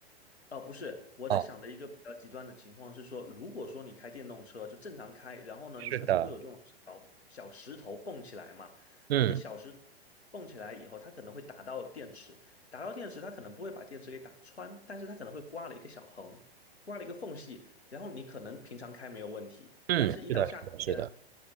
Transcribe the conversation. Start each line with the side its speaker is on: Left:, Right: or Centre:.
Left: 哦，不是，我在想的一个比较极端的情况是说，
Right: 哦，
Left: 如果说你开电动车就正常开，然后呢，
Right: 是的，
Left: 你可能会有这种小小石头蹦起来嘛，
Right: 嗯
Left: 那个小石头蹦起来以后，它可能会打到电池，打到电池，它可能不会把电池给打穿，但是它可能会刮了一个小横，刮了一个缝隙，然后你可能平常开没有问题，
Right: 嗯，
Left: 但是一到下雨天，
Right: 是的，是的，是的。